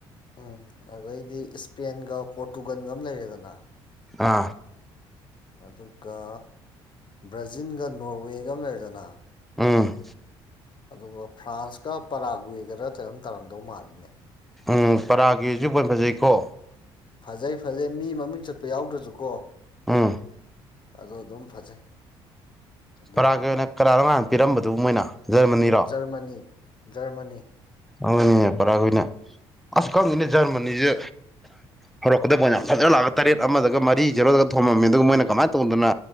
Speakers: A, on the left (about 40°); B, in the centre.
A: ꯎꯝ ꯑꯗꯩꯗꯤ ꯏꯁꯄꯦꯟꯒ ꯄꯣꯔꯇꯨꯒꯜꯒ ꯑꯃ ꯂꯩꯔꯦꯗꯅ
B: ꯑꯥ
A: ꯑꯗꯨꯒ ꯕ꯭ꯔꯥꯖꯤꯜꯒ ꯅꯣꯔꯋꯦꯒ ꯑꯃ ꯂꯩꯔꯗꯅ
B: ꯑꯝ
A: ꯑꯗꯨꯒ ꯐ꯭ꯔꯥꯟꯁꯀ ꯄꯔꯥꯒꯋꯦꯒꯔ ꯀꯩꯅꯣꯝ ꯇꯥꯔꯝꯗꯧ ꯃꯥꯜꯂꯤꯅꯦ
B: ꯎꯝ ꯄꯔꯥꯒꯤ ꯍꯧꯖꯤꯛ ꯑꯣꯏꯅ ꯐꯖꯩꯀꯣ
A: ꯐꯖꯩ ꯐꯖꯩ ꯃꯤ ꯃꯃꯤꯡ ꯆꯠꯄ ꯌꯥꯎꯗ꯭ꯔꯁꯨꯀꯣ
B: ꯑꯥ
A: ꯑꯗ ꯑꯗꯨꯝ ꯐꯖꯩ ꯃꯣꯠ
B: ꯄꯔꯥꯒꯤ ꯑꯣꯏꯅ ꯀꯔꯥꯔꯣꯉꯥꯟꯅ ꯄꯤꯔꯝꯕꯗꯨ ꯃꯣꯏꯅ ꯖꯔꯃꯅꯤꯔꯣ
A: ꯖꯔꯃꯅꯤ ꯖꯔꯃꯅꯤ
B: ꯍꯅꯤꯅꯦ ꯄꯔꯥꯈꯏꯅ ꯑꯁ ꯈꯪꯉꯅꯦ ꯖꯔꯃꯅꯤꯁꯦ ꯍꯧꯔꯛꯀꯗꯕ ꯑꯣꯏꯅ ꯐꯖꯅ ꯂꯥꯛꯑꯒ ꯇꯔꯦꯠ ꯑꯃꯗꯒ ꯃꯔꯤ ꯖꯦꯔꯣꯗꯒ ꯊꯣꯝꯃꯝꯃꯤ ꯑꯗꯨꯒ ꯃꯣꯏꯅ ꯀꯃꯥꯏꯅ ꯇꯧꯗꯅ